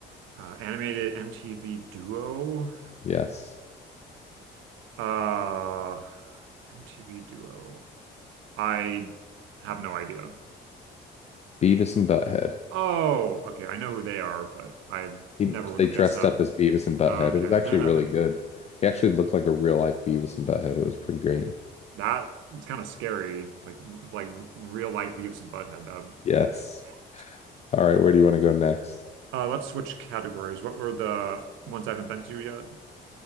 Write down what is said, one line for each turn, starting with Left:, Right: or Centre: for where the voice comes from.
Right: Uh, animated MTV Duo.
Left: Yes.
Right: Uh, MTV Duo. I have no idea.
Left: Beavis and Butthead.
Right: Oh, okay. I know who they are, but I
Left: He,
Right: never would
Left: they
Right: have
Left: dressed
Right: guessed that.
Left: up as Beavis and Butthead.
Right: Oh, Okay.
Left: It was actually
Right: <laughs>
Left: really good. He actually looked like a real life Beavis and Butthead. It was pretty great.
Right: That is kind of scary. Like like real life Beavis and Butthead. That
Left: Yes.
Right: <laughs>
Left: All right, where do you want to go next?
Right: Uh, let's switch categories. What were the ones I haven't been to yet?